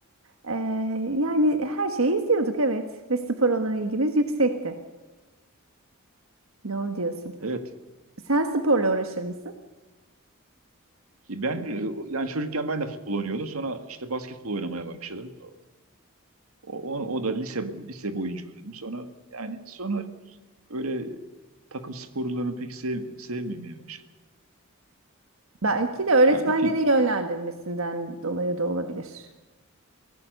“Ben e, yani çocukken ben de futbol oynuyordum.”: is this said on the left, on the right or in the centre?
Right